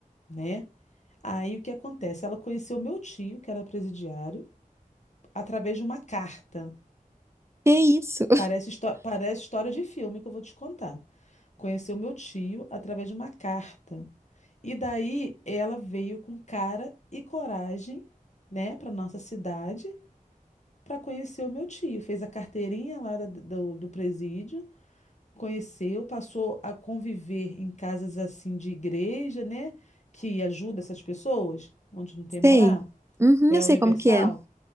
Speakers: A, on the left; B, on the right.
A: né? Aí o que acontece? Ela conheceu meu tio, que era presidiário, através de uma carta.
B: Que isso?
A: Parece, histó- parece história de filme que eu vou te contar. Conheceu meu tio através de uma carta. E daí ela veio com cara e coragem, né, para nossa cidade, para conhecer o meu tio. Fez a carteirinha lá da- do, do presídio, conheceu, passou a conviver em casas assim de igreja, né, que ajuda essas pessoas, onde não tem morar,
B: Sei. Uhum,
A: que é
B: eu sei
A: universal.
B: como que é.